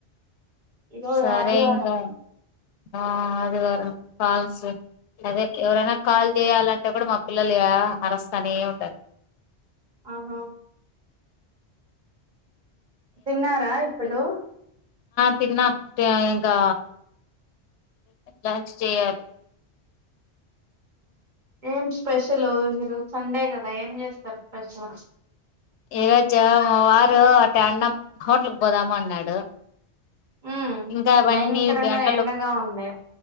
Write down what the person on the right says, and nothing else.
ఇదో
ఆదివారమ
ఆహా తిన్నారా ఇప్పుడు
ఏం స్పెషల్ ఈరోజు సండే కదా ఏం చేస్తారు స్పెషల్
ఉ
భయంకరంగా
ఎండగా ఉంది